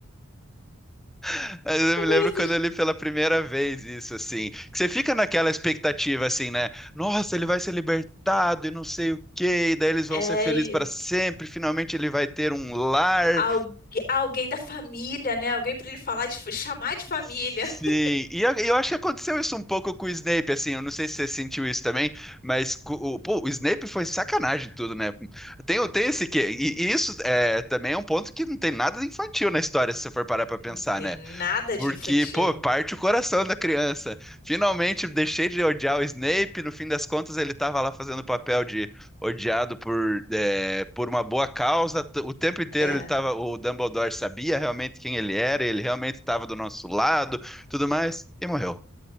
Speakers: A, in the centre; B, on the left.
A: <laughs> Mas eu
B: aparece.
A: me lembro quando eu li pela primeira vez isso, assim, que você fica naquela expectativa, assim, né? Nossa, ele vai ser libertado e não sei o quê, e daí eles vão
B: É,
A: ser felizes para sempre,
B: e
A: finalmente ele vai ter um lar.
B: algu- alguém da família, né? Alguém pra ele falar de, chamar de família.
A: Sim,
B: <laughs>
A: e eu, eu acho que aconteceu isso um pouco com o Snape, assim, eu não sei se você sentiu isso também, mas co- o, pô, o Snape foi sacanagem tudo, né? Tem, o- tem esse quê, e, e isso é, também é um ponto que não tem nada de infantil na história, se você for parar pra pensar,
B: Não tem
A: né?
B: nada
A: Porque,
B: de infantil.
A: pô, parte o coração da criança. Finalmente deixei de odiar o Snape. No fim das contas, ele estava lá fazendo o papel de odiado por, é, por uma boa causa. T- O tempo inteiro
B: É.
A: ele tava, o Dumbledore sabia realmente quem ele era, ele realmente estava do nosso lado, tudo mais, e morreu.